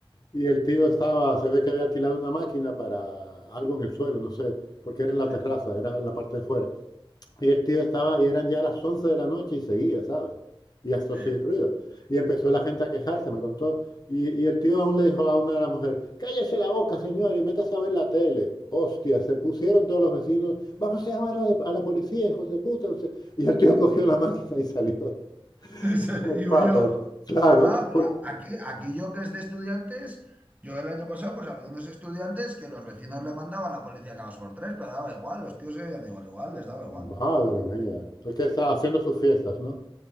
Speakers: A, on the left; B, on the right.
A: Y el tío estaba, se ve que había alquilado una máquina para algo en el suelo, no sé, porque era en la
B: sí,
A: terraza, era en la parte de fuera. Y el tío estaba, y eran ya las 11 de la noche y seguía, ¿sabes? Y hasta
B: sí.
A: así ruido. Y empezó la gente a quejarse, me contó. Y, y el tío aún le dijo a una de las mujeres, cállese la boca, señor, y métase a ver la tele. Hostia, se pusieron todos los vecinos, vamos a llamar a la, a la policía, hijos de puta. no sé". Y el tío <laughs> cogió la máquina y salió <laughs>
B: O sea,
A: por
B: <laughs> y huyó.
A: patas. Claro,
B: No, pero
A: porque,
B: aquí, aquí yo que es de estudiantes, yo el año pasado pues había unos estudiantes que los vecinos le mandaban a la policía cada dos por tres, pero daba igual, los tíos se veían igual, igual, les daba igual.
A: madre mía, porque que está haciendo sus fiestas, ¿no?